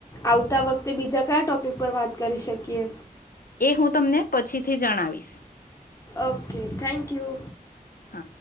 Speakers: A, on the left; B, on the left.
A: આવતા વખતે બીજા કયા ટોપિક પર વાત કરી શકીએ?
B: એ હું તમને પછીથી જણાવીશ.
A: Okay thank you.
B: હા